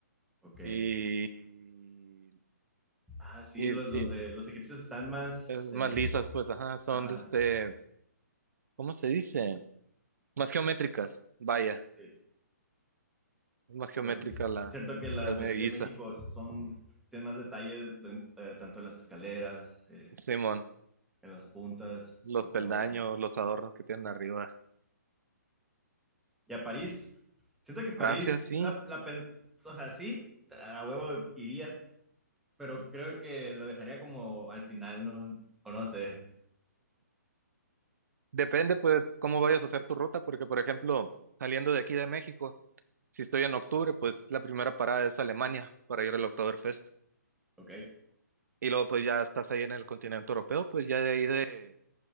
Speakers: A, in the centre; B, on the right.
A: ok.
B: Y,
A: Ah, sí,
B: y,
A: lo- los,
B: y,
A: de los egipcios están más...
B: eh,
A: eh,
B: más lisas, pues, ajá, son
A: ajá,
B: de este, ¿cómo se dice? Más geométricas, vaya,
A: sí.
B: es más geométrica
A: Pero sí, es sí
B: la
A: es cierto que las
B: pirámide
A: de aquí
B: de Giza,
A: de México son, tienen más detalle de- eh, tanto en las escaleras, eh,
B: Simón,
A: en las puntas
B: los
A: y
B: peldaños,
A: todo eso.
B: los adornos que tienen arriba.
A: Y a París, siento que París,
B: Francia, sí.
A: la, la, pen- o sea, sí, a huevo iría, pero creo que lo dejaría como al final, ¿no? O no sé,
B: Depende, pues, cómo vayas a hacer tu ruta, porque, por ejemplo, saliendo de aquí de México, si estoy en octubre, pues la primera parada es Alemania para ir al Oktoberfest.
A: ok.
B: Y luego, pues, ya estás ahí en el continente europeo, pues ya de ahí de